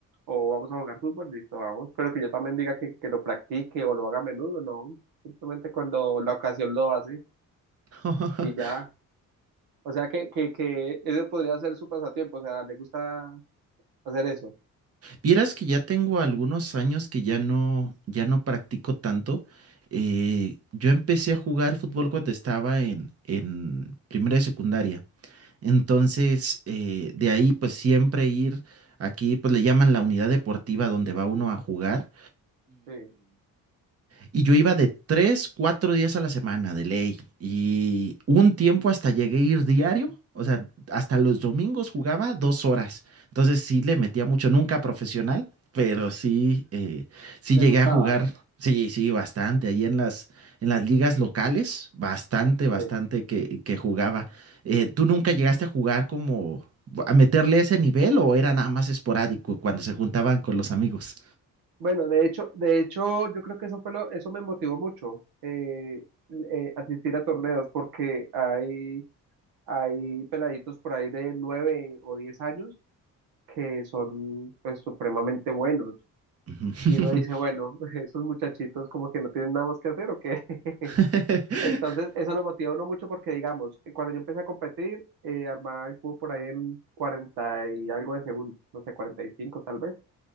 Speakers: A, on the right; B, on the right.
A: O vamos a jugar fútbol, listo, vamos. Pero que yo también diga que, que lo practique o lo haga a menudo, no. Simplemente cuando la ocasión lo hace
B: <laughs>
A: y ya. O sea que, que, que ese podría ser su pasatiempo, o sea, le gusta hacer eso.
B: Vieras que ya tengo algunos años que ya no, ya no practico tanto. Eh, yo empecé a jugar fútbol cuando estaba en, en primera de secundaria. Entonces, eh, de ahí pues siempre ir aquí, pues le llaman la unidad deportiva donde va uno a jugar.
A: Sí,
B: Y yo iba de tres, cuatro días a la semana de ley. Y un tiempo hasta llegué a ir diario. O sea, hasta los domingos jugaba dos horas. Entonces sí le metía mucho, nunca profesional, pero sí, eh, sí
A: le
B: llegué
A: gustaba,
B: a jugar. Sí, sí, bastante. Allí en las, en las ligas locales, bastante, bastante
A: sí.
B: que, que jugaba. Eh, ¿tú nunca llegaste a jugar como a meterle ese nivel o era nada más esporádico cuando se juntaban con los amigos?
A: Bueno, de hecho, de hecho, yo creo que eso fue lo, eso me motivó mucho, eh, eh, asistir a torneos, porque hay, hay peladitos por ahí de nueve o diez años que son pues supremamente buenos.
B: Ujú.
A: Y uno dice, bueno, <laughs> esos muchachitos como que no tienen nada más que hacer o qué. <laughs>
B: <laughs>
A: Entonces eso lo motiva a uno mucho porque digamos, eh, cuando yo empecé a competir, eh, armaba el cubo por ahí en 40 y algo de segundos, no sé, 45 tal vez.